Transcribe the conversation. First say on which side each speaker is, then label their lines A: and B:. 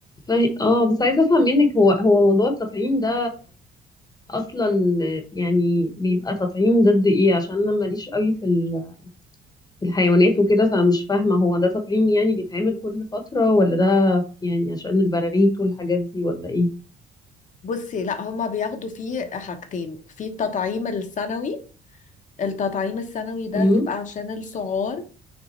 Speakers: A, on the left; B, on the left.
A: صح اه بس عايزة افهم منك هو هو موضوع التطعيم ده اصلا يعني بيبقى تطعيم ضد ايه عشان انا ماليش قوي في ال- في الحيوانات وكده فمش فاهمة هو ده تطعيم يعني بيتعمل كل فترة ولا ده يعني عشان البراغيث والحاجات دي ولا ايه
B: بصي لا هما بياخدوا فيه حاجتين في التطعيم السنوي التطعيم السنوي ده
A: امم
B: بيبقى عشان السعار